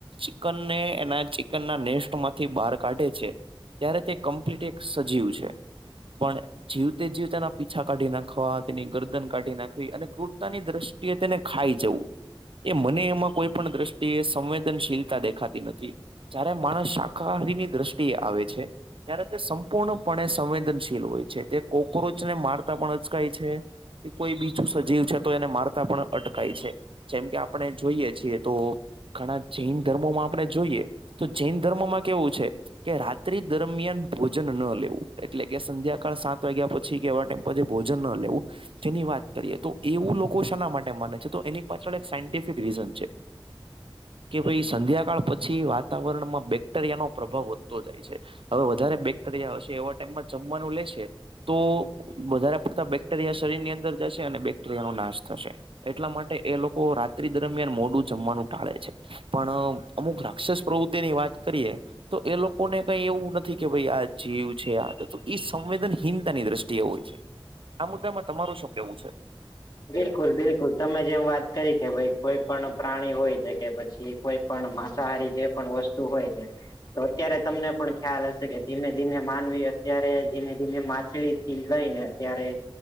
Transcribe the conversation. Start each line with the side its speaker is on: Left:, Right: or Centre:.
Right: ચિકનને એના ચિકનના નેસ્ટમાંથી બહાર કાઢે છે ત્યારે તે કમ્પ્લીટ એક સજીવ છે પણ જીવતે જીવ તેના પીછા કાઢી નાખવા તેની ગરદન કાઢી નાખવી અને ક્રૂરતાની દ્રષ્ટિ તેને ખાઈ જવું એ મને એમાં કોઈ પણ દ્રષ્ટિએ સંવેદનશીલતા દેખાતી નથી જારે માણસ શાકાહારીની દ્રષ્ટિએ આવે છે ત્યારે તે સંપૂર્ણપણે સંવેદનશીલ હોય છે તે કોક્રોચને મારતા પણ અચકાય છે કોઈ બીજું સજીવ છે તો એને મારતા પણ અટકાય છે જેમ કે આપણે જોઈએ છીએ તો ઘણા જૈન ધર્મોમાં આપણે જોઈએ તો જૈન ધર્મોમાં કેવું છે કે રાતિ દરમિયાન ભોજન ન લેવું એટલે કે સંધ્યાકાળ સાત વાગ્યા પછી કેવામ્ પ ભોજન ન લેવું જેની વાત કરીએ તો એવું લોકો શના માટે માને છે તો એની પાછળ એક સાયન્ટિફિક રીઝન છે કે ભાઈ સંધ્યાકાળ પછી વાતાવરણમાં બેક્ટેરિયાનોો પ્રભાવ વધતો જાય છે હવે વધારે બેક્ટેરિયા હશે એવા ટાઈમમાં જમવાનું લેશે તો વધારે પડતા બેક્ટેરિયા શરીરની અંદર જશે અને િયા ન નાશ થશે એટલા માટે એ લોકો રાત્રિ દરમિયાન મોડું જમવાનું ટાળે છે પણ અમુક રાક્ષસ પ્રવૃત્તિની વાત કરીએ. તો એ લોકોને કઈ એવું નથી કે ભઈ આ જીવછે આ બધું એ સંવેદનતાની દ્રષ્ટિએ હોય છે આ મુદ્દામાં તમાર શું કેવું છે.
Left: બિલકુલ બિલકુલ તમે જેમ વાત કરી કે ભાઈ કોઈ પણ પ્રાણી હોય છે, કે પછી કોઈ પણ માંસાહારી જે પણ વસ્તુ હોય છે તો અત્યારે તમને પણ ખ્યાલ હશે કે ધીમે ધીમે માનવી અત્યારે ધીમે ધીમે માછલી થી લઈ ને ત્યારે